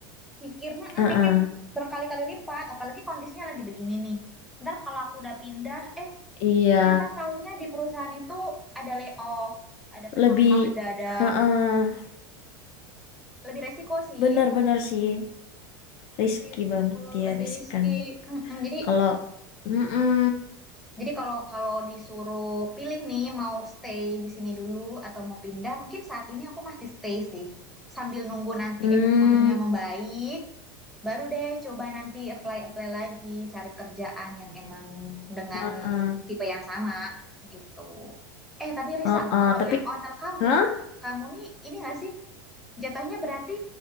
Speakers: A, in the centre; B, on the left (about 50°).
A: mikir, mm,
B: heeh.
A: mikir berkali-kali lipat, apalagi kondisinya lagi begini nih. Ntar kalau aku udah pindah, eh
B: Iya,
A: ternyata taunya di perusahaan itu ada layoff, ada PHK
B: lebih
A: mendadak.
B: heeh.
A: Lebih resiko sih.
B: Benar-benar sih risky
A: Gitu,
B: banget dia
A: lebih
B: riskan.
A: risky. Mm-mm. Jadi
B: Kalau mm-mm,
A: Jadi kalau kalau disuruh pilih nih mau stay di sini dulu atau mau pindah, mungkin saat ini aku masih stay sih. Sambil nunggu nanti
B: mm,
A: ekonominya membaik, baru deh coba nanti apply-apply lagi, cari kerjaan yang emang dengan
B: heeh,
A: tipe yang sama gitu. Eh, tapi Risa,
B: heeh.
A: kalau
B: Tapi
A: yang owner kamu,
B: hah?
A: kamu nih ini nggak sih? Jatuhnya berarti